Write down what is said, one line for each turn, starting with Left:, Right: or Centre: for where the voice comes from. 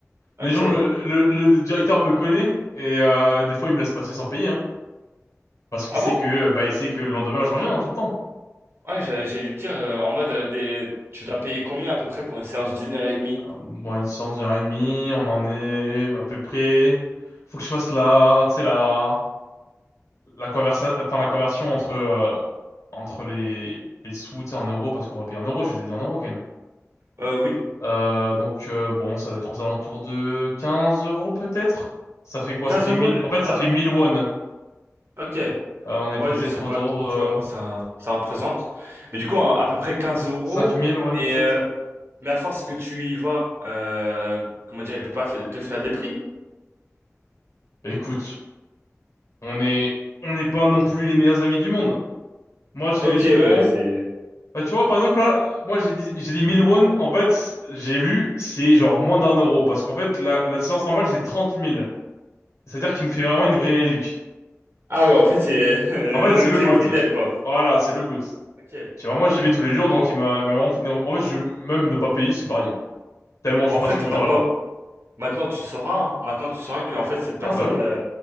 Right: Ok.
Left: Les gens me, le, le directeur me connaît et euh, des fois, il me laisse passer sans payer, hein. Parce qu'il
Right: Ah
Left: sait
Right: bon?
Left: que, bah, il sait que le lendemain, je reviens hein, tout le temps.
Right: Ouais, j'a- j'allais te dire, euh, en mode, euh, des... tu dois payer combien à peu près pour une séance d'une heure et demie?
Left: Euh, Moi, une séance d'heure et demie, on en est à peu près. Faut que je fasse la, tu sais, la, la conversa, enfin, la conversion entre, euh, entre les, les sous, tu sais, en euros, parce qu'on va payer en euros, je les ai dit en euros quand même.
Right: Euh, oui.
Left: Euh, donc euh, bon, ça doit être aux alentours de 15 euros peut-être. Ça fait quoi?
Right: quinze
Left: Ça fait
Right: euros,
Left: 1000...
Right: le-
Left: En fait,
Right: bah,
Left: ça fait 1000 won. Euh,
Right: ok.
Left: on est peut-être
Right: Ouais, je sais pas
Left: autour
Right: du tout
Left: euh,
Right: à quoi ça, ça représente. Mais du coup, à, à peu près 15 euros.
Left: 5000, ouais
Right: Mais,
Left: peut-être.
Right: euh, mais à force que tu y vas, euh, comment dire, il peut pas fa- te faire des prix?
Left: Écoute, on est on n'est pas non plus les meilleurs amis du monde. Moi, j'y
Right: Ok,
Left: vais souvent.
Right: ouais, c'est...
Left: Bah, tu vois, par exemple là, moi j'ai dit j'ai dit 1000 won. En fait, c- j'ai vu, c'est genre moins d'un euro parce qu'en fait la, la séance normale c'est 30 000. C'est-à-dire qu'il me fait vraiment une vraie éduque.
Right: Ah ouais, en fait, c'est <laughs> le
Left: En fait, c'est
Right: client
Left: le GOAT.
Right: fidèle, quoi.
Left: Voilà, c'est le GOAT.
Right: Ok.
Left: Tu vois, moi, j'y vais tous les jours, donc
Right: Bon,
Left: il m'a il m'a vraiment fini. En en fait, je, même ne pas payer, c'est pareil. Tellement je
Right: bah, en
Left: passe
Right: fait,
Left: mon
Right: maintenant,
Left: temps là-bas.
Right: maintenant tu sauras. hein. Maintenant, tu sauras que, en fait, cette personne,
Left: Ah, bah oui.
Right: euh,